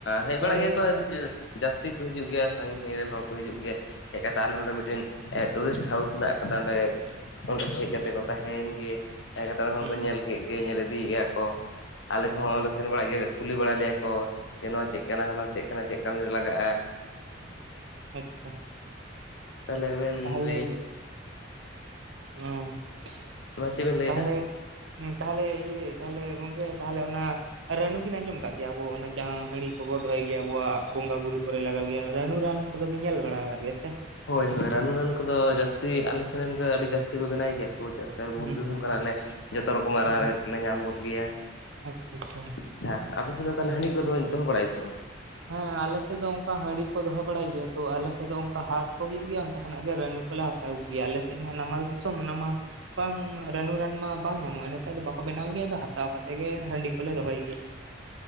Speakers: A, on the left; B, on the right.
A: ᱦᱮᱡ
B: ᱛᱟᱦᱚᱞᱮ
A: ᱵᱟᱲᱟᱜ ᱜᱮᱭᱟ ᱠᱚ ᱟᱹᱰᱤ ᱡᱟᱹᱥᱛᱤ ᱠᱚ ᱦᱤᱡᱩᱜ ᱜᱮᱭᱟ ᱥᱟᱺᱜᱤᱧ ᱥᱟᱺᱜᱤᱧ ᱨᱮᱱ ᱦᱚᱲ ᱠᱚ ᱦᱤᱡᱩᱜ ᱜᱮᱭᱟ ᱦᱮᱡ ᱠᱟᱛᱮ ᱟᱞᱮ ᱱᱚᱰᱮ ᱢᱤᱫᱴᱮᱱ ᱴᱩᱨᱤᱥᱴ ᱦᱟᱣᱩᱥ ᱦᱮᱱᱟᱜ ᱟᱠᱟᱫᱟ ᱚᱸᱰᱮ ᱚᱸᱰᱮ ᱠᱚ ᱦᱮᱡ
B: ᱟᱪᱪᱷᱟ
A: ᱠᱟᱛᱮᱫ ᱠᱚ ᱛᱟᱦᱮᱸᱭᱮᱱ ᱜᱮ, ᱛᱟᱦᱮᱸ ᱠᱟᱛᱮᱫ ᱚᱸᱰᱮ ᱠᱷᱚᱱ
B: ᱦᱩᱸ
A: ᱠᱚ ᱧᱮᱞ ᱠᱮᱫ ᱜᱮ, ᱧᱮᱞ ᱤᱫᱤᱭᱮᱜᱼᱟ ᱠᱚ ᱟᱞᱮ
B: ᱟᱪᱪᱷᱟ
A: ᱠᱚᱦᱚᱸ ᱞᱮ ᱥᱮᱱ ᱵᱟᱲᱟᱜ ᱜᱮᱭᱟ ᱠᱩᱞᱤ ᱵᱟᱲᱟ ᱞᱮᱭᱟ ᱠᱚ ᱡᱮ ᱱᱚᱣᱟ ᱪᱮᱫ ᱠᱟᱱᱟ ᱦᱟᱱᱟ ᱪᱮᱫ ᱠᱟᱱᱟ ᱪᱮᱫ ᱠᱟᱹᱢᱤᱨᱮ ᱞᱟᱜᱟᱜᱼᱟ
B: ᱟᱪᱪᱷᱟ
A: ᱛᱟᱦᱚᱞᱮ ᱵᱮᱱ
B: ᱛᱟᱦᱚᱞᱮ
A: ᱞᱟᱹᱭᱤᱧ
B: <unintelligible>
A: ᱢᱟ ᱪᱮᱫ ᱵᱮᱱ ᱞᱟᱹᱭᱮᱫᱟ
B: ᱛᱟᱦᱚᱞᱮ ᱤᱭᱟᱹ ᱛᱟᱦᱚᱞᱮ ᱜᱚᱢᱠᱮ ᱛᱟᱦᱚᱞᱮ ᱚᱱᱟ ᱨᱟᱱᱩ ᱵᱤᱱ ᱟᱸᱡᱚᱢ ᱟᱠᱟᱫ ᱜᱮᱭᱟ ᱟᱵᱚ ᱚᱱᱟ ᱡᱟᱦᱟᱸ ᱦᱟᱺᱲᱤ ᱠᱚᱵᱚ ᱫᱚᱦᱚᱭ ᱜᱮᱭᱟ ᱟᱵᱚᱣᱟᱜ ᱵᱚᱸᱜᱟ ᱵᱩᱨᱩ ᱠᱚᱨᱮ ᱞᱟᱜᱟᱜ ᱜᱮᱭᱟ ᱨᱟᱱᱩ ᱨᱟᱱ ᱟᱫᱚ ᱵᱤᱱ ᱧᱮᱞ ᱵᱟᱲᱟ ᱟᱠᱟᱫ ᱜᱮᱭᱟ ᱥᱮ?
A: ᱦᱳᱭ ᱦᱳᱭ ᱨᱟᱱᱩ ᱨᱟᱱ ᱠᱚᱫᱚ ᱡᱟᱹᱥᱛᱤ ᱟᱞᱮ ᱥᱮᱱ ᱨᱮᱱ ᱜᱮ ᱟᱹᱰᱤ ᱡᱟᱹᱥᱛᱤ ᱠᱚ ᱵᱮᱱᱟᱭ ᱜᱮᱭᱟ <unintelligible> ᱵᱩᱨᱩ
B: ᱦᱩᱸ
A: ᱫᱤᱥᱚᱢ
B: ᱦᱩᱸ
A: ᱠᱟᱱᱟᱞᱮ
B: ᱦᱩᱸ
A: ᱡᱚᱛᱚ ᱨᱚᱠᱚᱢᱟᱜ
B: ᱦᱩᱸ,
A: ᱨᱟᱱ ᱨᱮᱦᱮᱫ ᱞᱮ ᱧᱟᱢ ᱜᱚᱫ ᱜᱮᱭᱟ᱾
B: ᱟᱪᱪᱷᱟ ᱪᱷᱟ᱾
A: ᱟᱪᱪᱷᱟ ᱟᱯᱮᱥᱮᱫ ᱫᱚ ᱛᱟᱦᱚᱞᱮ ᱦᱟᱺᱰᱤ ᱠᱚᱫᱚ ᱫᱚᱦᱚ ᱵᱟᱲᱟᱭᱟ ᱥᱮ ᱵᱟᱝ?
B: ᱦᱮᱸ ᱟᱞᱮᱥᱮᱫ ᱫᱚ ᱚᱱᱠᱟ ᱦᱟᱺᱰᱤ ᱠᱚ ᱫᱚᱦᱚ ᱵᱟᱲᱟᱭ ᱜᱮᱭᱟ ᱛᱚ ᱟᱞᱮᱥᱮᱫ ᱫᱚ ᱚᱱᱠᱟ ᱦᱟᱴ ᱠᱚ ᱦᱩᱭᱩᱜ ᱜᱮᱭᱟ ᱚᱱᱛᱮ ᱠᱷᱚᱱᱟᱜ ᱜᱮ ᱨᱟᱹᱱᱩ ᱠᱚᱞᱮ ᱦᱟᱛᱼᱼ <unintelligible> ᱜᱮᱭᱟ ᱟᱞᱮ ᱥᱮᱫ ᱢᱟ ᱱᱟᱢᱟᱞ ᱫᱥᱢ ᱚᱱᱟ ᱢᱟ ᱵᱟᱝ ᱨᱟᱹᱱᱩ ᱨᱟᱱ ᱢᱟ ᱵᱟᱝ ᱧᱟᱢᱚᱜᱼᱟ᱾ ᱱᱮᱛᱟᱨ ᱫᱚ ᱵᱟᱠᱚ ᱵᱮᱱᱟᱣ ᱜᱮᱭᱟ ᱟᱫᱚ ᱦᱟᱛᱟᱣ ᱠᱟᱛᱮ ᱜᱮ ᱦᱟᱺᱰᱤ ᱠᱚᱞᱮ ᱫᱚᱦᱚᱭ ᱜᱮᱭᱟ᱾